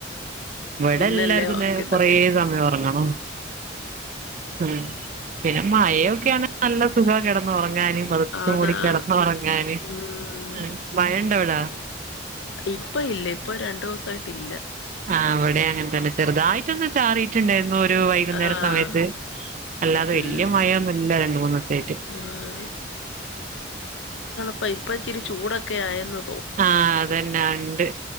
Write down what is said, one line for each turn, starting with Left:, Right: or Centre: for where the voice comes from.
Right: ഇവടെ
Left: പിന്നല്ലേ
Right: എല്ലാർക്കും നേ
Left: കിട്ടത്തില്ല
Right: കൊറേ സമയം ഒറങ്ങണം ഉം പിന്നെ മയൊക്ക്യാണ് നല്ല സുഖാ ഒർങ്ങാന് പൊതച്ച്
Left: ആന്ന്
Right: മൂടി കെടന്നൊറങ്ങാന്
Left: ആന്ന് ഉം
Right: ആ വയൺ എവിടാ
Left: ഇപ്പ ഇല്ല ഇപ്പൊ രണ്ടൂസായിട്ട് ഇല്ല
Right: ആ അവിടെ അങ്ങൻ തന്നെ ചെറുതായിട്ടൊന്ന് ചാറീട്ടിണ്ടേരുന്നു ഒരു വൈകുന്നേര
Left: ആഹ്
Right: സമയത്ത് അല്ലാതെ വെല്ല്യെ
Left: ഉം
Right: മയൊന്നുല്ല രണ്ട മൂന്ന് വട്ടായിട്ട്.
Left: ഉം പ്പൊ ഇപ്പ ഇച്ചിരി ചൂടൊക്കെ ആയെന്നു
Right: ആഹ അതെന്നെ ആ ഇണ്ട്